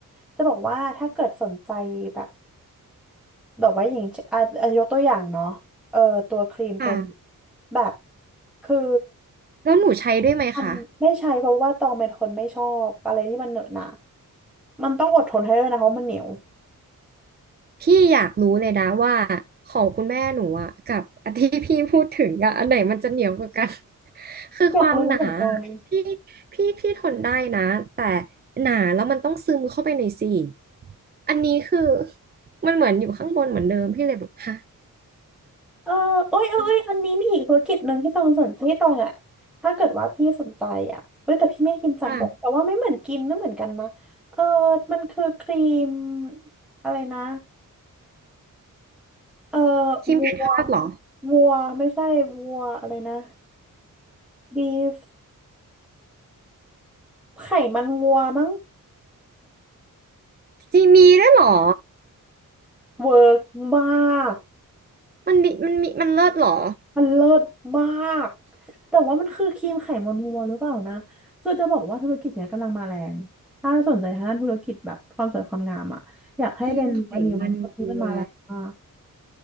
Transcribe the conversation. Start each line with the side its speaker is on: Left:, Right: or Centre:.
Centre: จะบอกว่าถ้าเกิดสนใจแบบแบอกว่าอย่างเช่นอ่ะอ่ะยกตัวอย่างเนาะเออตัวครีมตัวนี้
Right: ค่ะ
Centre: แบบคือ
Right: แล้วหนูใช้ด้วยไหมคะ
Centre: มันไม่ใช่เพราะว่าตองเป็นคนไม่ชอบอะไรที่มันเหนอะหนะมันต้องอดทนให้ด้วยนะเพราะมันเหนียว
Right: พี่อยากรู้เลยนะว่าของคุณแม่หนูอ่ะกับ <laughs> อันที่พี่พูดถึงอ่ะอันไหนมันจะเหนียวกว่ากัน <laughs> คือความหนาอะพี่
Centre: อยากรู้เหมือนกัน
Right: พี่พี่ทนได้นะแต่หนาแล้วมันต้องซึมเข้าไปในซี่อันนี้คือมันเหมือนอยู่ข้างบนเหมือนเดิมพี่เลยแบบฮะ
Centre: เออเอ้ยเอ้ยเอ้ยอันนี้มีอีกธุรกิจหนึ่งที่ตรงสนที่ตรงอ่ะ
Right: มัน
Centre: ถ้าเกิดว่าพี่สนใจอ่ะเอ้ยแต่พี่ไม่กินสันบกแต่ว่าไม่เหมือนกินไม่เหมือนกันนะเออ
Right: ค่ะ
Centre: มันคือครีมอะไรนะเออ
Right: ครีมไก่ทอดเหรอ
Centre: วัววัวไม่ใช่วัวอะไรนะบีฟไขมันวัวมั้ง
Right: จีมีด้วยเหรอ
Centre: เวิร์กมาก
Right: มันมมันมีมันเลิศเหรอ
Centre: มันเลิศมากแต่ว่ามันคือครีมไขมันวัวหรือเปล่านะคือจะบอกว่าธุรกิจเนี้ยกำลังมาแรงถ้าสนใจทางด้านธุรกิจแบบความสวยความงามอ่ะอยากให้เรียนรู้อันนี้ไว้เพราะอันนี้มันมาแรงมาก
Right: ครีมไขมันวัว